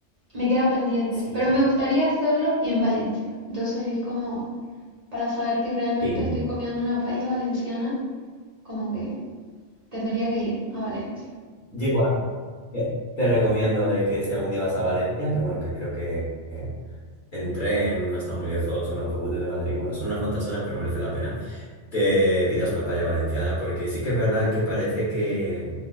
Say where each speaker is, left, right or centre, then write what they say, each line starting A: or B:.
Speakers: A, on the right; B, on the left.
A: me queda pendiente,
B: Sí.
A: pero me gustaría hacerlo en Valencia. Entonces es como para saber que realmente
B: Sí.
A: estoy comiendo una paella valenciana, como que tendría que ir a Valencia.
B: Yo igual, te te recomiendo de que si algún día vas a Valencia, que bueno, que creo que eh, en tren no está muy lejos, o en autobús desde Madrid, bueno, son unas cuantas horas, pero merece la pena te pidas una paella valenciana, porque sí que es verdad que parece que,